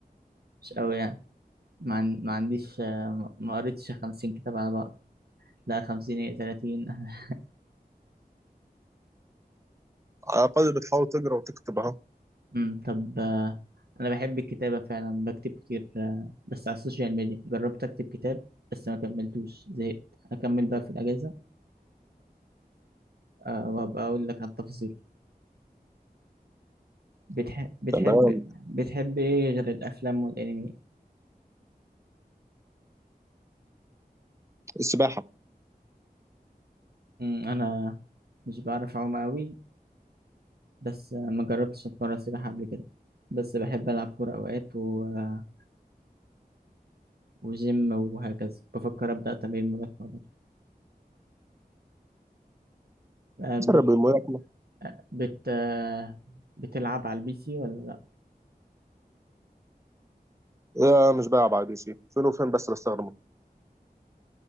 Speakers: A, on the right; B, on the right.
A: مش قوي يعني ما, عن... ما عنديش آه، ما قريتش 50 كتاب على بعض لا 50 ايه 30 <laughs>
B: على الاقل بتحاول تقرا وتكتب اهو
A: أمم، طب آه، انا بحب الكتابة فعلا بكتب كتير آه، بس على السوشيال ميديا جربت اكتب كتاب بس ما كملتوش زهقت هكمل بقى في الأجازة آه، وهبقى أقول لك عن التفاصيل بتح... بتحب
B: تمام
A: بتحب ايه غير الافلام والانمي
B: السباحه
A: مم، انا مش بعرف اعوم قوي بس آه، ما جربتش اتمرن سباحه قبل كده بس بحب العب كوره اوقات و... آه، وجيم وهكذا بفكر ابدا تمرين ملاكمه برضه. آه، بت...
B: جرب الملاكمه
A: آه، بت... آه، بتلعب على البي سي ولا لا
B: آه مش بقى بعد شيء فين وفين بس بستخدمه